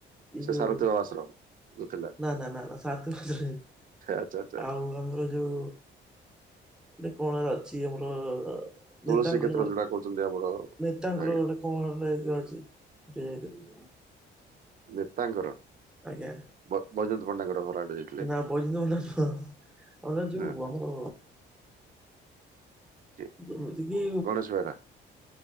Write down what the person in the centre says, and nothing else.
ଏଇ
ଯୋଉ
ନା ନା ନା ନା ସାରଥୀ ଆଶ୍ରମ ଯାଇନି।
ଆଉ ଆମର ଯୋଉ ଗୋଟେ କଣରେ ଅଛି ଆମର
ନେତାଙ୍କର
କଣ
ନେତାଙ୍କର
ଗୋଟେ କଣ ମାନେ ଇଏଅଛି ସେଇଠି ଯାଇଥିଲି।
ଆଜ୍ଞା।
ନା ବୟଜନ୍ତ ପଣ୍ଡା ନୁହଁ, ଆମର ଯୋଉ
ଆମର
ଯେମିତି କିି